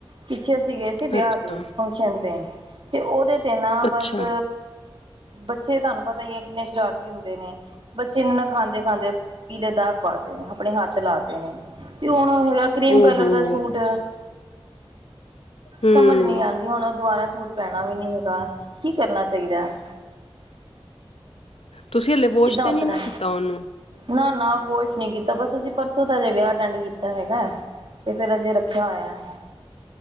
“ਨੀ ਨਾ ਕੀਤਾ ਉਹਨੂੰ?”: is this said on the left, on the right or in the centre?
Left